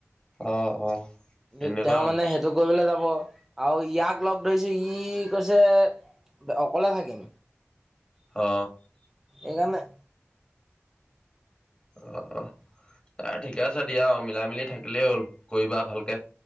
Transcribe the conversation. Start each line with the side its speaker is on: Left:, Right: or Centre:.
Left: অ অ। তেনেকুৱা
Centre: কি তেওঁ
Left: কথা
Centre: মানে সেইটো কৰিবলৈ যাব আৰু ইয়াক লগ ধৰিছো ই কৈছে অকলে থাকিম।
Left: অ।
Centre: এইকাৰণে
Left: অ বাৰু ঠিকে আছে দিয়া, অ মিলাই মিলি থাকিলেই হ'ল কৰিবা ভালকে।